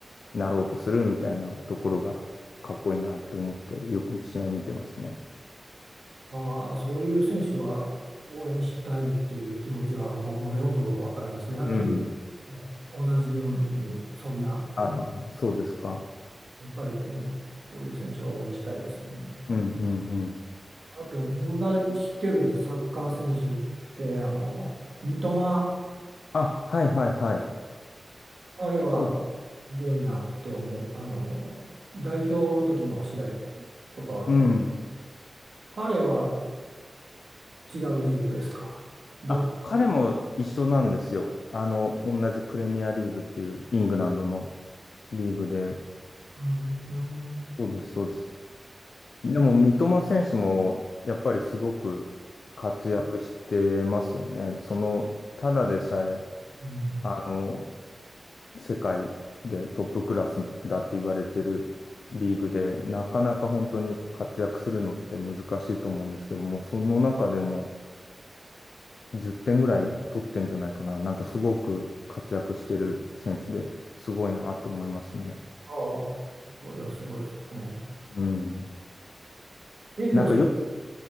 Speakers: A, on the left; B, on the right.
A: なろうとするみたいなところがかっこいいなって思ってよく試合見てますね。
B: ああ、そういう選手は応援したいっていう気持ちは僕もよくわかります。野球
A: うん。
B: も同じように、そんな、
A: あ、そうですか。
B: やっぱりね、そういう選手は応援したいですよね。
A: うんうんうん。
B: あと、僕が知ってるサッカー選手って、あの、三笘、
A: あ、はいはいはい。
B: 彼は
A: そう。
B: すごいなって思う。あの、代表の時の試合とかは見、
A: うん。
B: 彼は違うリーグですか。ど、
A: あ、彼も一緒なんですよ。あの、同じプレミアリーグっていうイングランドのリーグで。
B: うん、うん、うん。
A: そうです、そうです。でも、三笘選手もやっぱりすごく活躍してますよね。その、ただでさえ、
B: うん
A: あの、世界でトップクラスだって言われてるリーグで、なかなか本当に活躍するのって難しいと思うんですけども、その中でも10点ぐらい取ってんじゃないかな。なんかすごく活躍してる選手ですごいなと思いますね。
B: ああ、それはすごいですね。
A: うん。
B: 遠藤さ
A: なんかよく、